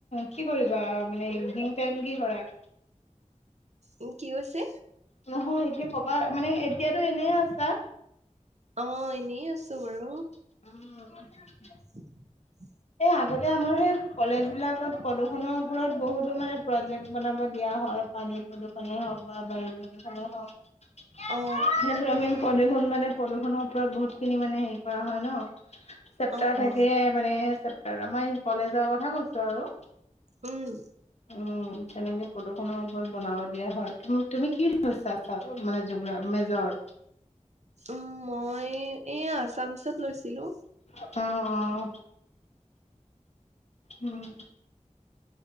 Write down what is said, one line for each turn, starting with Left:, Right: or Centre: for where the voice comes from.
Left: কি কৰিবা মানে ইভিনিং টাইম কি কৰা?
Right: উম কি হৈছে?
Left: নহয় এতিয়া কবা মানে এতিয়াতো এনে আছা?
Right: অ এনে আছো বাৰু।
Left: উম
Right: <inaudible>
Left: আগতে আমাৰ সেই কলেজ বিলাকত প্ৰদূষনৰ ওপৰত বহুতো মানে প্ৰজেক্ট বনাব দিয়া। হয় পানী <unintelligible> নে হওক বা বায়ু প্ৰদূষনে হওক সেইটো
Right: অ
Left: আমি প্ৰদূষণ মানে প্ৰদূষণৰ- বহুতখিনি মানে হেৰি কৰা হয় ন চেপ্টাৰ
Right: অ
Left: থাকে
Right: অ
Left: মানে আমাৰ কলেজৰ কথা কৈছো আৰু।
Right: উম
Left: উম তেনেকে প্ৰদূষণৰ ওপৰত বনাব দিয়া হয় তুম তুমি কি লৈছা? মানে জোগ মেজৰ।
Right: উম মই এই আছামিছত লৈছিলো।
Left: উ উ উম